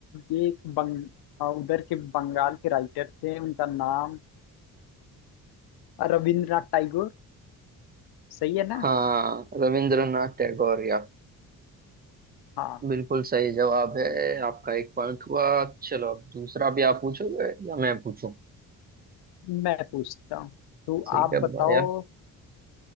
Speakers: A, on the left; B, on the right.
A: ये एक बंग आ, उधर के बंगाल के राइटर थे उनका नाम रविंद्रनाथ टैगोर सही है ना
B: हाँ रविंद्रनाथ टैगोर या
A: हाँ
B: बिल्कुल सही जवाब है आपका एक पॉइंट हुआ चलो अब दूसरा भी आप पूछोगे या मैं पूछूं
A: मैं पूछता हूँ तो
B: ठीक
A: आप
B: है
A: बताओ
B: बढ़िया